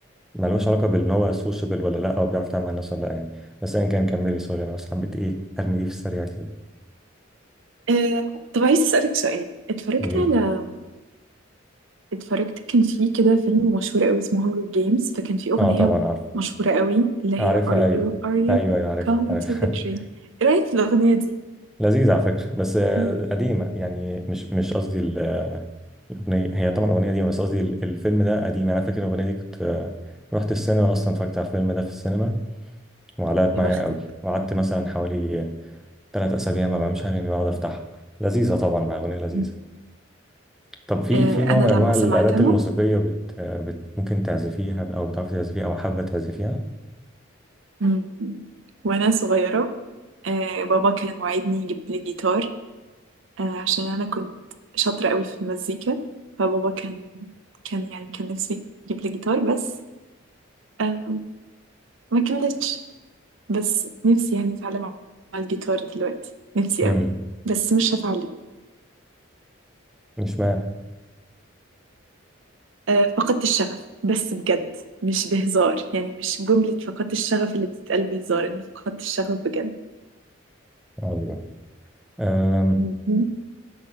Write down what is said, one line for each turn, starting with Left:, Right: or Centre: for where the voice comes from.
Centre: ملوش علاقه بان هو سوشيبل ولا لا او بيعرف يتعامل مع الناس ولا لا يعني بس ايا كان كملي سوري انا بس حبيت ايه ارمي دي في السريع كده
Right: أه... طب عايز اسالك سؤال اتفرجت
Centre: قولي
Right: على
Centre: لي
Right: اتفرجت كان في كده فيلم مشهور قوي اسمه هانجر جيمز فكان في اغنيه
Centre: اه طبعا عارف
Right: مشهوره قوي اللي هي
Centre: عارفها
Right: Are
Centre: ايوه
Right: you are you
Centre: ايوه ايوه عارف
Right: coming
Centre: عارف
Right: to the
Centre: <laughs>
Right: tree ايه رايك في الاغنيه دي
Centre: لذيذ على فكره بس آه،
Right: مم.
Centre: قديمه يعني مش مش قصدي ال- آه، الاغنيه هي طبعا الاغنيه قديمه بس قصدي ال- الفيلم ده قديم انا فاكر الاغنيه دي كنت آه، رحت السينما اصلا اتفرجت على الفيلم ده في السينما وعلقت معايا
Right: يا بختك
Centre: قوي وقعدت مثلا حوالي ثلاث اسابيع ما بعملش اغاني بقعد افتحها لذيذه طبعا مع اغنيه لذيذه
Right: مم.
Centre: طب في
Right: أه...
Centre: في نوع
Right: انا
Centre: من
Right: لما
Centre: انواع
Right: سمعتها
Centre: الالات الموسيقيه بت... بت... ممكن تعزفيها او بتعرفي تعزفيها او حابه تعزفيها
Right: مم. وانا صغيره أه... بابا كان وعدني يجيب لي جيتار آه، عشان انا كنت شاطره قوي في المزيكا فبابا كان كان يعني كان نفسه يجيب لي جيتار بس آه، ما كملتش بس نفسي يعني اتعلم على الجيتار دلوقتي نفسي
Centre: امم
Right: قوي بس مش هتعلم
Centre: مش معنى
Right: آه، فقدت الشغف بس بجد مش بهزار يعني مش جملة فقدت الشغف اللي بتتقال بهزار انا فقدت الشغف بجد
Centre: ايوه أم...
Right: مهم.